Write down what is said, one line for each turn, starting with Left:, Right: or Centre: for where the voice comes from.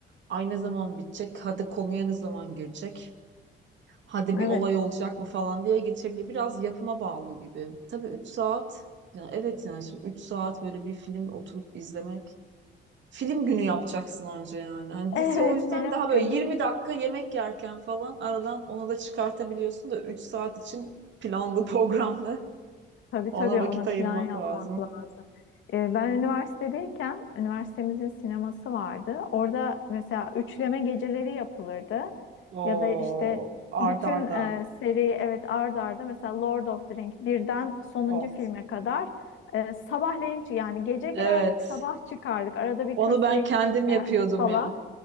Right: ay ne zaman bitecek, hadi konuya ne zaman girecek, hadi
Left: Evet.
Right: bir olay olacak bu falan diye geçebiliyor. Biraz yapıma bağlı gibi. Tabii üç saat, ya evet yani şimdi üç saat böyle bir film oturup izlemek Film günü yapacaksın anca yani. Hani
Left: <laughs> Evet
Right: dizi o yüzden
Left: film
Right: daha
Left: günü.
Right: böyle 20 dakika yemek yerken falan aradan onu da çıkartabiliyorsun da 3 saat için planlı <laughs> programlı
Left: Tabii
Right: ona
Left: tabii
Right: vakit
Left: ona plan
Right: ayırmak
Left: yapmak
Right: lazım.
Left: lazım. Ee, ben üniversitedeyken üniversitemizin sineması vardı. Orada mesela üçleme geceleri yapılırdı.
Right: Oo,
Left: Ya da işte bütün
Right: arda arda.
Left: e, seri evet ard arda mesela Lord of the Ring birden sonuncu
Right: Of.
Left: filme kadar e, sabahleyin yani gece girerdik
Right: Evet.
Left: sabah çıkardık. Arada bir
Right: Onu
Left: köfte
Right: ben
Left: ekmek
Right: kendim yapıyordum
Left: yerdik falan.
Right: ya.